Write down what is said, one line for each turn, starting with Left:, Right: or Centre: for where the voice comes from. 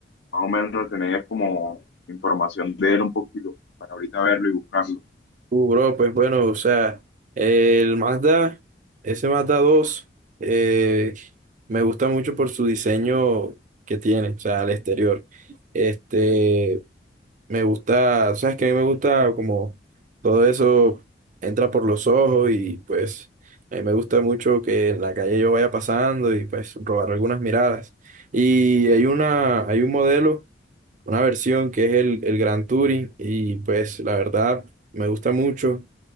Left: o menos tener como información de él un poquito, para ahorita verlo y buscarlo.
Right: Uh, bro, pues bueno, o sea, el Mazda, ese Mazda dos eh, me gusta mucho por su diseño que tiene, o sea, al exterior. Este, me gusta, o sea, es que a mí me gusta como todo eso entra por los ojos y pues a mí me gusta mucho que en la calle yo vaya pasando y pues robar algunas miradas. Y hay una, hay un modelo, una versión que es el, el Grand Touring y pues la verdad me gusta mucho